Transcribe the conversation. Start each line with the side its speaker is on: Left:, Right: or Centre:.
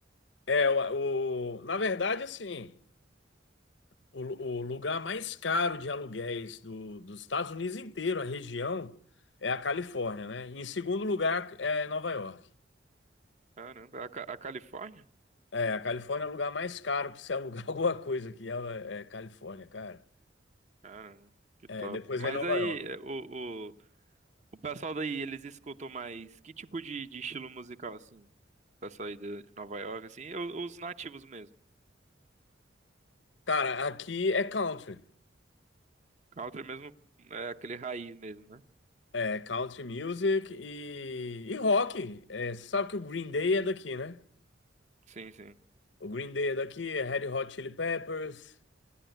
Left: É, o, o- na verdade, assim. O, lu- o lugar mais caro de aluguéis do- dos Estados Unidos inteiro, a região, é a Califórnia, né? Em segundo lugar é Nova York.
Right: Caramba, a, Ca- a Califórnia?
Left: É, a Califórnia é o lugar mais caro para você alugar <laughs> alguma coisa aqui, é, é Califórnia, cara.
Right: Caramba, que
Left: É,
Right: top.
Left: depois
Right: Mas
Left: vem Nova
Right: aí,
Left: York.
Right: é, o, o, o pessoal daí, eles escutam mais que tipo de, de estilo musical, assim? O pessoal aí de de Nova York, assim, o- os nativos mesmo.
Left: Cara, aqui é country.
Right: Country mesmo, é aquele raiz mesmo, né?
Left: É country music e, e rock. É, você sabe que o Green Day é daqui, né?
Right: Sim, sim.
Left: O Green Day é daqui, é Red Hot Chili Peppers.